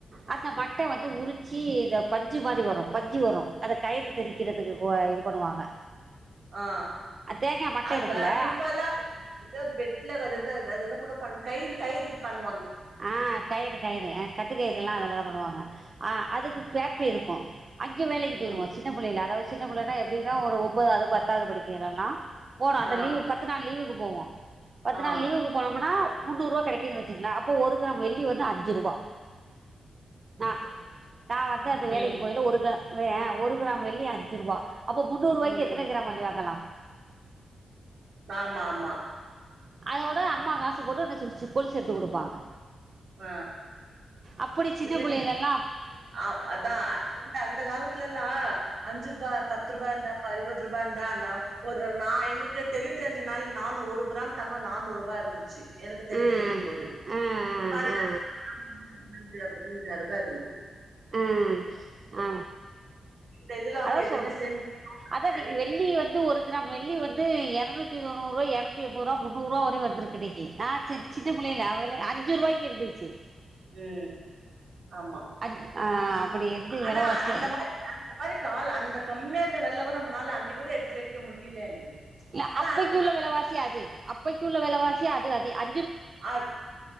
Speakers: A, on the right (about 35°); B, on the right (about 55°).
A: அந்த மட் ட்ட வந்து உரிச்சி இத பஞ்சு மாரி வரு பஞ்சி வரு அத கயரு திரிக்கறதுக்கு புவ இது பண்ணுவாங்க
B: ஆ
A: தேங்காய் மட்டை
B: அது
A: இருக்குல்ல
B: ப அது இப்பல்லா பெட்ல அது அதுத கூட பண்ணு கயிறு கயிறு பண்
A: ஆ கயிறு கயிறு கட்டு கயிறு எல்லா அதுல தா பன்னுவாங்க ஆ அதுக்கு ஃபேட்ரி இருக்கு அங்க வேலக்கு போயிருவோ
B: ம்
A: சின்ன புள்ளயில அதாவது சே சின்ன புள்ளனா எப்டினா ஒரு ஒம்பாதாவது பத்தாவது படிக்கேலல்லா போனு அந்த
B: ஆ
A: லீவு பத்து நாள் லீவுக் போவ பத்து
B: ஆ
A: நாள் லீவுக்கு போனம்னா முண்ணூர்ருபா கெடைக்குது வச்சுங்களா ப்ப ஒரு க்ராம் வெள்ளி வந்து அஞ்சு ரூபா நா நா வந்து அந்த வேலக்கு
B: ம்
A: போயில ஒரு க்ரா வே ஒரு கிராம் வெள்ளி அஞ்சு ரூபா அப்போ முந்நூறுருவாய்க்கி
B: ம்
A: எத்தன கிராம் வெள்ளி வாங்களா?
B: ஆமா ஆமா
A: அதோட அம்மா காசு போட்டு <unintelligible> கொலுசு எடுத்து குடுப்பாங்க.
B: ஆ
A: அப்படி சின்ன
B: இல்லைங்க
A: பிள்ளைலல்லா
B: ஆ அதா அ இந்த அந்த காலத்துலல் லா அஞ்சு ரூபா பத்து ரூபா இருந்தா ஆ இருபது ரூபா இருந்தா நா ஒரு நா எனக்கு தெளிவு தெரிஞ்ச நாள் நானு ஒரு கிராம் தங்கோ நானூறு ரூபா இருந்துச்சு. எனக்கு தெளிவு
A: ம்
B: தெரியும் போது
A: ஆ
B: பாருங்க
A: ஆ
B: ஒரு கிராம் <inaudible> ஐயாயர்ரூபா இருந்துது.
A: ஆ அ
B: இந்த இதுல வந்து
A: அதா
B: எதுவுமே
A: சொல்றே
B: சேமிக்கணும்னு
A: அதா இன்னக்கி
B: நெனைக்க
A: வெள்ளி வந்து ஒரு கிராம் வெள்ளி வந் து எர நூத்தி தொண்ணூர்ரூவா எரநூத்தி எம்பதுரூவா மு ந்நூருவா வரையு வந்துருக்கு இன்னக் கி நா சி சின்ன பிள்ளையில அவள அஞ்சு ருவாய்க்கு இருந்துச்சி
B: ம் ஆமா
A: ஆ ஆ அப்டி இருந்து
B: ஆனா
A: வெலவாசி
B: அந்த மாரி அந்த மாரி கால் அந்த க ம்மியா இருந்த வெலல கூட நம்மனால அன்னக்கிகூட எடுத்து வைக்க முடியில எங்களுக்கு.
A: யா
B: ஆனா
A: அப்பக்கி
B: அன்னைக்கு
A: உள்ள
B: நா
A: வெலவாசி அது அப்பக் கி உள்ள வெலவாசி அது அதி அ
B: அத்